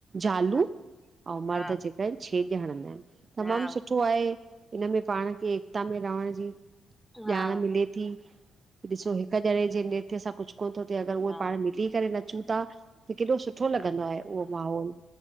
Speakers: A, on the right (about 35°); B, in the centre.
A: जालू
B: हा
A: अंउं मर्द
B: हा
A: जेक छेॼ हणंदा इनि
B: हा
A: तमामु सुठो आहे इनमें पांण खे एकता में रहण जी
B: हा
A: ॼाण
B: हा
A: मिले थी ॾिसो हिक ॼणे जे नृत्य सां कुछु कोन तो थिए अगरि उहे
B: हा
A: पांण मिली करे न चूं ता त केॾो सुठो लॻंदो आहे उहो माहौल।